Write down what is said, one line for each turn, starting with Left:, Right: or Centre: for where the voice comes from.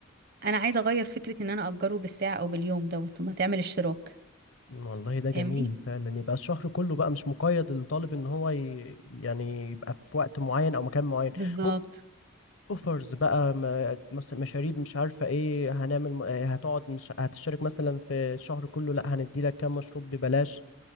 Right: انا عايزه اغير فكره ان انا اجره بالساعه او باليوم دوت طب ما تعمل اشتراك
Left: والله ده جميل
Right: فاهمني
Left: فعلا يبقى الشهر كله بقى مش مقيد للطالب ان هو ي... يعني يبقى في وقت معين او مكان معين
Right: بالظبط
Left: ممكن اوفرز بقى م- مس- مشاريب مش عارفه ايه هنعمل م- آه، هتقعد مش هتشترك مثلا في الشهر كله لا هندي لك كام مشروب ببلاش